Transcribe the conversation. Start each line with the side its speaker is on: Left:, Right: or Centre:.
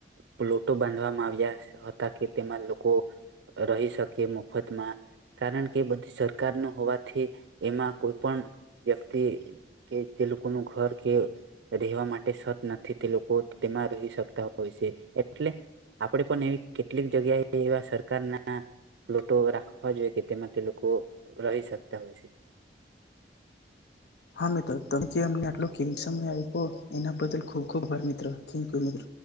Right: પ્લોટો બાંધવામાં આવ્યા હતા કે તેમાં લોકો રહી શકે મફતમાં કારણ કે બધ સરકાર ન હોવાથી એમાં કોઈ પણ વ્યક્તિ કે જે લોકોનું ઘર કે રહેવા માટે સત નથી તે લોકો તેમાં રહી શકતા હોય છે એટલે આપણે પણ એવી કેટલીક જગ્યાએ એવા સરકારના પ્લોટો રાખવા જોઈએ કે તેમાં તે કો રહી શકતા હોય છે.
Left: હા મિત્ર ત જે અમને આટલો કિંમતી સમય આપ્યો એના બદલ ખૂબ ખૂબ અભાર મિત્ર, થેન્કયું મિત્ર.